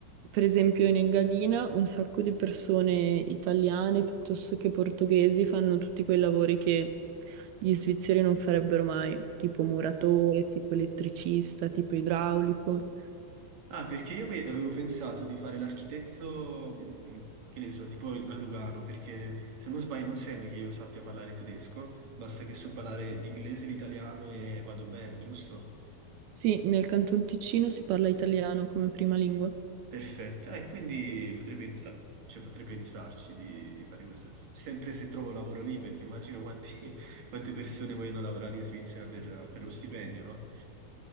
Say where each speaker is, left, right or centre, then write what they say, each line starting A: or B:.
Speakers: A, on the right; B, on the right.
A: per esempio, in Engadina un sacco di persone italiane piuttosto che portoghesi fanno tutti quei lavori che gli svizzeri non farebbero mai, tipo muratore, tipo elettricista, tipo idraulico.
B: Ah, perché io ave- avevo pensato di fare l'architetto, mh, che ne so, tipo a Lugano, perché se non sbaglio non serve che io sappia parlare tedesco, basta che so parlare l'inglese, l'italiano e vado bene, giusto?
A: Sì, nel Canton Ticino si parla italiano come prima lingua.
B: Perfetto. Ah, E quindi potrei pensa- cioè, potrei pensarci di, di fare questo, sempre se trovo lavoro lì, perché immagino quanti- <laughs> quante persone vogliono lavorare in Svizzera per, per lo stipendio, no?